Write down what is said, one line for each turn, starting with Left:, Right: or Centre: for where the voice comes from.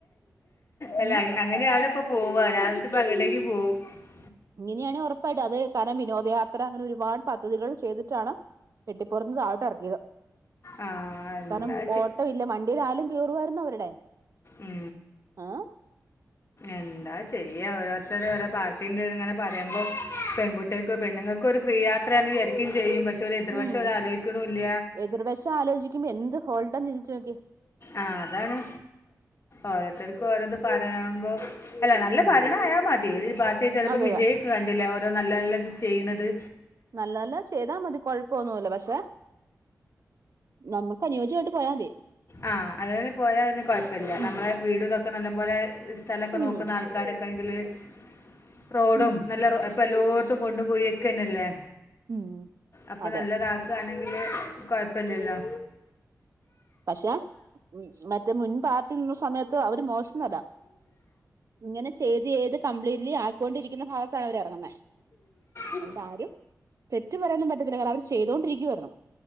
Left: അല്ലാ
Right: ഉം
Left: അങ്ങനെയാണ് പ്പ പോവരാ പ്പട <unintelligible> <inaudible>
Right: ഇങ്ങനെയാണ ഉറപ്പായിട്ട് അത് കാരണം വിനോദ അത്ര അങ്ങനെ ഒരുപാട് പദ്ധതികൾ ചെയ്തിട്ടാണ് പെട്ടിപ്പുറത്തുന്നു ഇറക്കിയത്
Left: ആ എന്താ
Right: കാരണം ഓട്ടം ഇല്ല മണ്ടിൽ ആാലും കീറുർ ഇ അവരുടെ
Left: ഉ
Right: ആഹ്
Left: എന്താ ചെയ്യാം ഓരോത്തര
Right: ഉം
Left: പാട്ട ഇങ്ങനെ പറയുമ്പോ പെൺകുട്ടികക്ക് പെണ്ങ്ങൾക്ക് ഒരു ഫ്രീ യാത്രയാണ് വിചാരിക്കും ചെയ്യും പക്ഷെ- ഒരു എതിർവശം
Right: ഉം
Left: ഒരു ആലോചിക്കണമില്ല
Right: എതിർവശം ആലോചിക്കുമ്പോ എന്ത് ഫോൾട്ടാണ് ചിന്തിച്ചു നോക്കിയെ
Left: ആ അതാണ് ഓരത്തർ ഓരോന്ന് പറയാുമ്പോ അല്ല നല്ല
Right: ഉം
Left: ഭരണയാൽ മതി പാർ ട്ടിയെ ചിലപ്പോ
Right: അതെ
Left: വിജയിക്ക്
Right: അതെ
Left: കണ്ടില്ല അതോ നല്ല നല്ലത് ചെയ്യണുന്നത്
Right: നല്ലതല്ല ചെയ്താൽ മതി കൊഴപ്പൊന്നുമല്ല പക്ഷെ നമ്മുക്ക് അനുയോജ്യമായിട്ട് പോയാൽ മതി
Left: ആഹ അതുെ പോയാ അന് കൊഴപ്പമില്ല
Right: ഉം
Left: നമ്മളെ വീടൊക്ക ഒക്കെ നല്ല പോലെ സ്ഥലൊക്കെ
Right: ഉം
Left: നോക്ക ആൾക്കാരൊെ തങ്കിലേ <unintelligible> റോഡും
Right: ഉം
Left: നല്ല ലോഡ കൊണ്ടു പോയി വെക്കനല്ലേ
Right: ഉം
Left: അപ്പൊ
Right: അതെ
Left: നല്ലതാക്കണെങ്കിൽ <unintelligible> കുഴപ്പില്ലല്ലോ
Right: പക്ഷേ മറ്റേ മുൻ പാർട്ടി നിന്ന സമയത്ത് അവര് മോശന്നും അല്ല ഇങ്ങനെ ചെയ്ത് ചെയ്ത് കംപ്ലീറ്റ്ലി ആയിക്കൊണ്ടിരിക്കുന്ന ഭാഗത്താണ് അവര് ഇറങ്ങുന്നേ
Left: ഉം
Right: അതുകൊണ്ട് ആരും - തെറ്റ് പറയാനും പറ്റതില്ല കാരണംഅവര് ചെയ്തോണ്ടിരിക്കുവായിരുന്നു